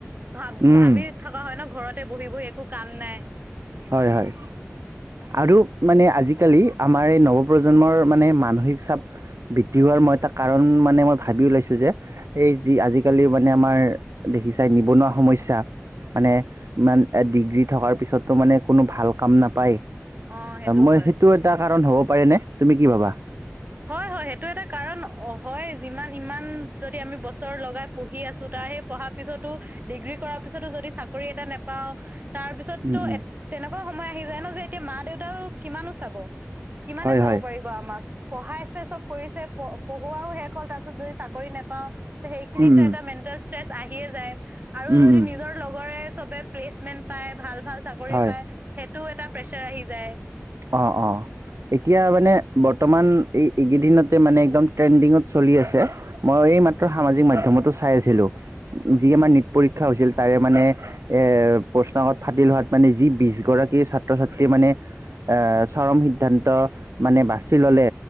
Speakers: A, on the right; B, on the right.
A: ভা
B: উম,
A: ভাবি থাকা হয় ন ঘৰতে বহি বহি একো কাম নাই।
B: হয় হয়। আৰু মানে আজিকালি আমাৰ এই নৱপ্ৰজন্মৰ মানে মানসিক চাপ বৃদ্ধি হোৱাৰ মই এটা কাৰণ মানে মই ভাবি ওলাইছোঁ যে এই যি আজিকালি মানে আমাৰ দেখিছাই নিবনুৱা সমস্যা মানে ইমান ডিগ্ৰী থকাৰ পিছত তো মানে কোনো ভাল কাম নাপায়
A: অ
B: মই
A: হয়
B: সেইটো এটা কাৰণ হ'ব পাৰেনে তুমি কি ভাবা?
A: হয় হয় সেইটো এটা কাৰণ অ হয় যিমান ইমান যদি আমি বছৰ লগাই পঢ়ি আছোঁ তাৰ সেই পঢ়া পিছতো ডিগ্ৰী কৰা পিছতো যদি চাকৰি এটা নাপাওঁ তাৰ পিছততো
B: উম উম
A: তেনেকুৱা সময় আহি যায় ন যে এতিয়া মা দেউতাও কিমানো চাব। কিমানে
B: হয়
A: চাব
B: হয়
A: পাৰিব আমাক। পঢ়াইছে চব কৰিছে প পঢ়োৱাও শেষ হল তাৰ পিছত যদি চাকৰি নেপাওঁ। সেইখিনিতে
B: উম উম
A: এটা মেণ্টেল ষ্ট্ৰেচ আহিয়ে যায় আৰু
B: উম
A: যদি
B: উম
A: নিজৰ লগৰে চবে প্লেচমেন্ট পায় ভাল ভাল চাকৰি
B: হয়
A: পায় সেইটোও এটা প্ৰেচাৰ আহি যায়।
B: অ অ এতিয়া মানে বৰ্তমান এই এইকেইদিনতে মানে একদম ট্ৰেণ্ডিঙত চলি আছে। মই এই মাত্ৰ সামাজিক মাধ্যমতো চাই আছিলো, যি আমাৰ নীট পৰীক্ষা হৈছিল তাৰে মানে এ প্ৰশ্নকাকত ফাটিল হোৱাত মানে যি বিশগৰাকী ছাত্ৰ ছাত্ৰী মানে এ চৰম সিদ্ধান্ত মানে বাচি ল'লে